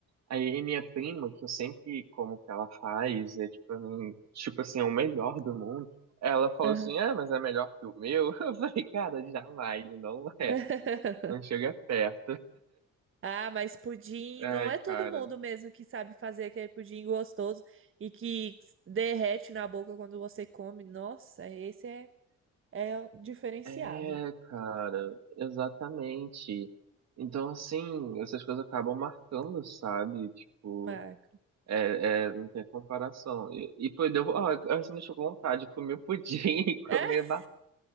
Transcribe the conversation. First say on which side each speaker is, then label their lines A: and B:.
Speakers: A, on the right (about 60°); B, on the right (about 45°).
A: Aí minha prima, que eu sempre como que ela faz, é tipo, hum, tipo assim, é o melhor do mundo. Ela falou
B: aham.
A: assim, ah, mas é melhor que o meu. <laughs> Eu falei, cara, jamais, não é,
B: <laughs>
A: não chega perto.
B: Ah, mas pudim
A: Ai,
B: não é todo
A: cara.
B: mundo mesmo que sabe fazer aquele pudim gostoso e que derrete na boca quando você come. Nossa, esse é, é o diferenciado,
A: É, cara, exatamente. Então, assim, essas coisas acabam marcando, sabe? Tipo,
B: Marco.
A: é, é, não tem comparação. E, e pô, deu, ó, assim, me deixou com vontade de comer pudim <laughs> e
B: É?
A: comer ba-